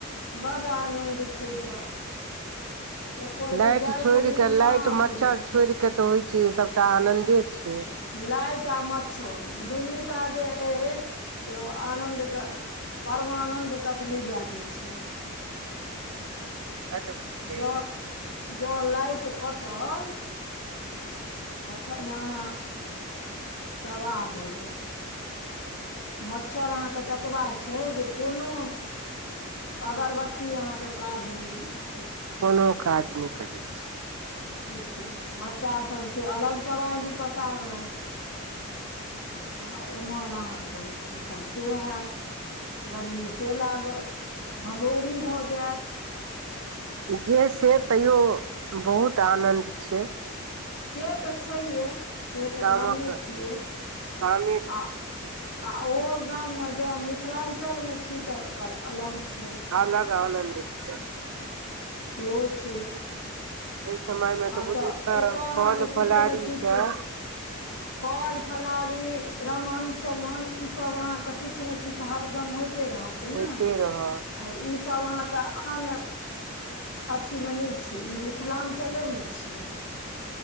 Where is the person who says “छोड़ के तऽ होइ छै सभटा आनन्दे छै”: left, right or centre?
Right